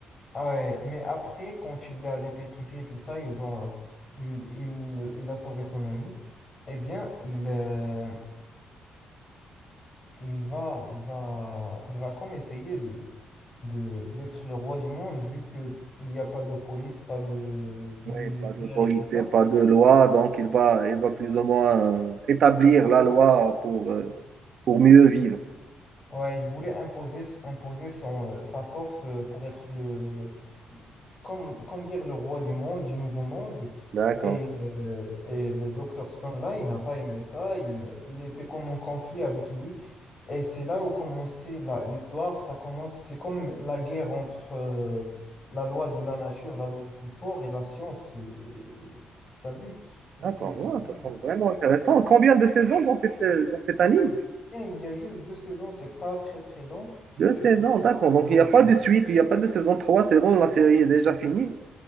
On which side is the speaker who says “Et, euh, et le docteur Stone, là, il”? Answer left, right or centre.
Left